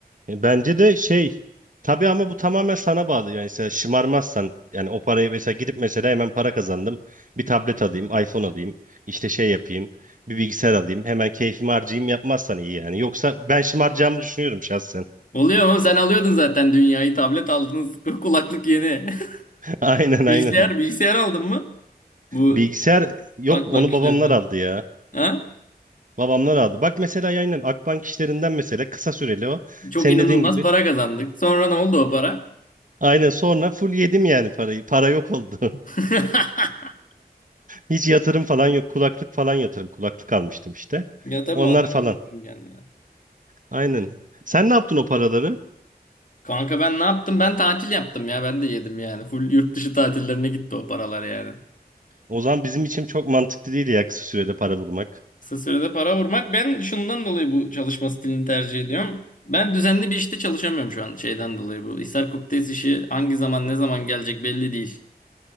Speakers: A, on the right (about 50°); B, on the left (about 50°).
A: E, Bence de şey tabii ama bu tamamen sana bağlı. Yani mesela şımarmazsan yani o parayı mesela gidip mesela hemen para kazandım. Bir tablet alayım, iPhone alayım, işte şey yapayım, bir bilgisayar alayım. Hemen keyfimi harcayayım yapmazsan iyi yani. Yoksa ben şımaracağımı düşünüyorum şahsen.
B: Oluyor mu? Sen alıyordun zaten dünyayı. Tablet aldınız. <laughs> Kulaklık yeni.
A: <laughs> Aynen
B: <laughs> Bilgisayar,
A: aynen.
B: bilgisayar aldın mı? Bu
A: Bilgisayar yok
B: Akbank
A: onu babamlar
B: işlerinde.
A: aldı ya.
B: Ha?
A: Babamlar aldı. Bak mesela aynen Akbank işlerinden mesela kısa süreli o.
B: Çok
A: Senin
B: inanılmaz
A: dediğin gibi.
B: para kazandık. Sonra ne oldu o para?
A: Aynen sonra full yedim yani parayı. Para yok oldu.
B: <laughs>
A: <laughs> Hiç yatırım falan yok. Kulaklık falan yatırım. Kulaklık almıştım işte.
B: Ya tabii
A: Onlar
B: malzeme
A: falan.
B: getirdin kendine.
A: Aynen. Sen ne yaptın o paraları?
B: Kanka ben ne yaptım? Ben tatil yaptım ya. Ben de yedim yani. Full yurt dışı tatillerine gitti o paralar yani.
A: O zaman bizim için çok mantıklı değil ya kısa sürede para vurmak.
B: Kısa sürede para vurmak. Ben şundan dolayı bu çalışma stilini tercih ediyorum. Ben düzenli bir işte çalışamıyorum şu an şeyden dolayı bu. Hisar Kokteyl işi hangi zaman ne zaman gelecek belli değil.